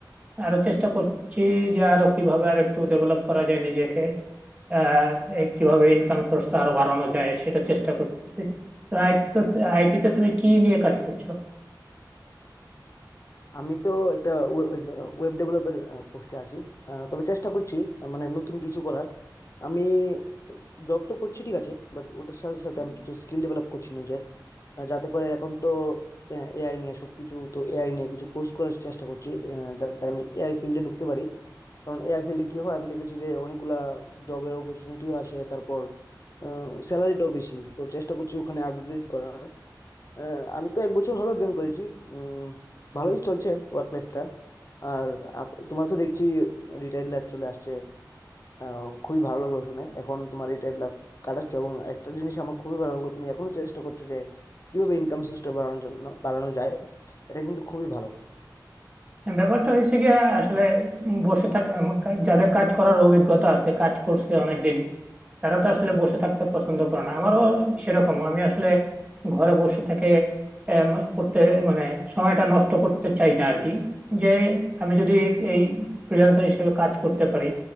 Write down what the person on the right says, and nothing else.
আরো চেষ্টা করছি যে আরো কিভাবে আর একটু ডেভেলপ করা যায় নিজেকে আর এই কিভাবে ইনকাম সোর্সটা আরো বাড়ানো যায় সেটা চেষ্টা করতেছি তো আইটি আইটিতে তুমি কি নিয়ে কাজ করছো
ব্যাপারটা হয়েছে গিয়ে আসলে বসে থাকা যাদের কাজ করার অভিজ্ঞতা আছে কাজ করছে অনেকদিন তারা তো আসলে বসে থাকতে পছন্দ করে না আমারও সেরকম আমি আসলে ঘরে বসে থেকে এম, করতে মানে সময়টা নষ্ট করতে চাই না আর কি যে আমি যদি এই ফ্রিল্যান্সার হিসেবে কাজ করতে পারি